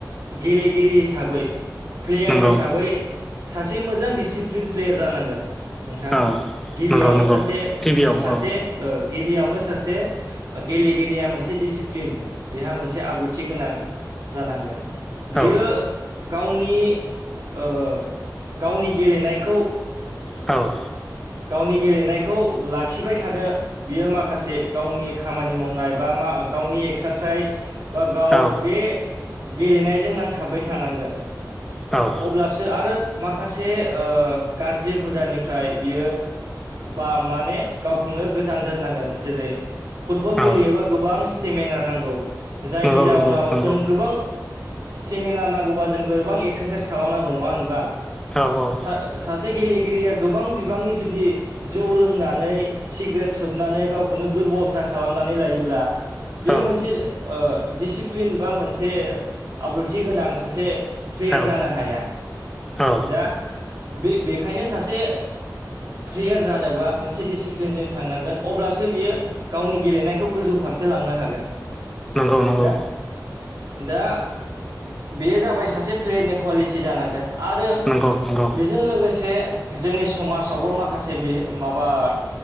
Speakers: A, on the right; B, in the centre.
A: गेलेगिरि हिसाबै प्लेयार
B: नंगौ
A: हिसाबै सासे मोजां डिसिप्लिन प्लेयार जानांगोन नोंथां
B: औ
A: गिबियावनो
B: नंगौ नंगौ
A: सासे
B: गिबियाव
A: सासे
B: औ
A: ओ गिबियावनो सासे ओ गेलेगिरिया मोनसे डिसिप्लिन बेहा मोनसे आब्रुथि गोनां जानांगोन बियो
B: औ
A: गावनि ओ गावनि गेलेनायखौ
B: औ
A: गावनि गेलेनायखौ लाखिबाय थानो बियो माखासे गावनि खामानि मावनाय बा मा गावनि एक्सारसाइस बा गाव
B: औ
A: बे गेलेनायजों नांथाबबाय थानांगोन
B: औ
A: अब्लासो आरो माखासे ओ गाज्रि हुदानिफ्राय बियो बा माने गावखौनो गोजान दोननांगोन जेरै फुटबल
B: औ
A: गेलेयोबा गोबां स्टेमिनार नांगौ जायनि
B: नंगौ
A: जाउनाव
B: नंगौ नंगौ
A: जों गोबां स्टेमिना नांगौबा जों गोबां एक्सारसाइस खालामनांगौ नङा होनब्ला
B: औ औ
A: सा-सासे गेलेगिरिया गोबां बिबांनि जु दि जौ लोंनानै सिग्रेट सोबनानै गावखौनो दुरबलथा खालामनानै लायोब्ला बेयो
B: औ
A: मोनसे दिसिप्लिन बा मोनसे आब्रुथि गोनां सासे प्लेयार
B: औ
A: जानो हाया
B: औ
A: दा बे-बेखायनो सासे प्लेयार जानोबा मोनसे डिसिप्लिनजों थांनांगोन अब्लासो बियो गावनि गेलेनायखौ गोजौ फारसे लांनो हागोन
B: नंगौ नंगौ
A: दा दा बेयो जाबाय सासे प्लेयारनि कुवालिटि जानांगोन आरो
B: नंगौ नंगौ
A: बेजों लोगोसे जोंनि समाज आवबो माखासे बेयो माबा